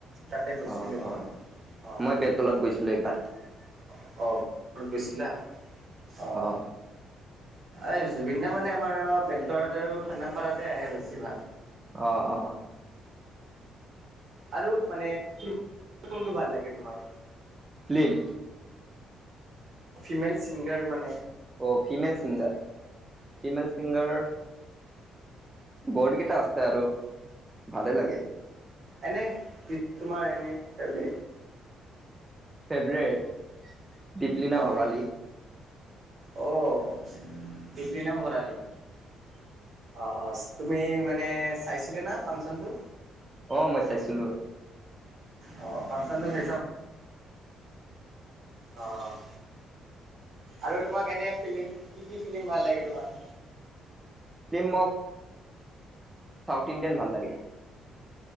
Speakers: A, on the right; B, on the right.
A: তাতে গৈছিলো
B: অ', অ'।
A: মই অহ।
B: মই বেলতলাত গৈছিলোঁ একবাৰ।
A: অ', ঘৰত গৈছিলা? অ
B: অহ।
A: এই জুবিন দা মানে আমাৰ আ বেলতলাত আৰু থানাপাৰাতে আহে বেছিভাগ।
B: অহ অহ।
A: আৰু মানে কোনটো ভাল লাগে তোমাৰ?
B: ফিল্ম।
A: ফিমেল ছিংগাৰ মানে।
B: অহ, ফিমেল চিংগাৰ, ফিমেল চিংগাৰ বহুত কেইটা আছে আৰু ভালে লাগে।
A: এনে তোমাৰ এনে <unintelligible>
B: ফেভৰেট দীপলিনা
A: অ
B: ভৰালি।
A: অ', দিপলীনা ভৰালী অ', অ', চ তুমি মানে চাইছিলা না ফাংচনটো?
B: অহ, মই চাইছিলোঁ।
A: অ', ফাংচনটো চাইছা অ', আৰু তোমাক এনে ফিল্ম কি -কি ফিল্ম ভাল লাগে তোমাৰ?
B: ফিল্ম <unintelligible> চাউথ ইণ্ডিয়ান ভাল লাগে।